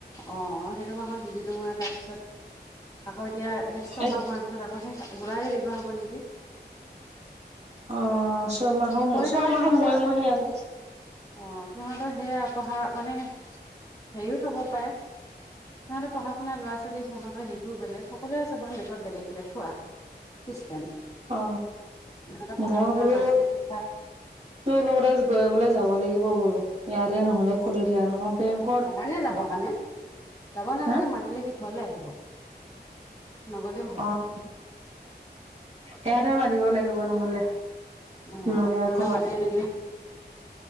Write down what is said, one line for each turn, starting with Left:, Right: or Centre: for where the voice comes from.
Left: অঁ সেইটো মাহত দি দিলোঁ আ আৰু তাৰপিছত আকৌ এতিয়া সেই ছমাহ
Right: এ
Left: হোৱাৰ পিছত আকৌ সেই জুলাইতে দিয়া হ'ব নেকি?
Right: অ ছয়মাহৰ
Left: পঢ়ি
Right: ছয়মাহৰ
Left: থকা সিহঁতৰ
Right: মোৰে মোৰে সেই আকৌ
Left: অ সিহঁতৰ সেয়া পঢ়া মানে হেৰিও থব পাৰে। সিহঁতে পঢ়া শুনা ল'ৰা ছোৱালী সিহঁতৰ সেইটো বেলেগ সকলে চাব মেথত বেলেগ বেলেগ থোৱা চিষ্টেম। সিহঁতে
Right: অ
Left: পঢ়া
Right: মই
Left: শুনাৰ
Right: বোলো
Left: ল'ৰা -ছোৱালী শিক্ষা
Right: তোৰ লগতে গৈ পালে যাব লাগিব বোলো ইয়াৰে নহ'লে খুলি দিয়া নহয়।
Left: নালাগে যাব কাৰণে যাব নালাগে
Right: হা
Left: মাতিলে সি ঘৰলে আহিব। নগ'লেও হয়।
Right: অ ইয়াতে মাতিব লাগিব নহ'লে।
Left: অ',
Right: নয়া
Left: ঘৰলৈ
Right: ঘৰ
Left: মাতি আনিলে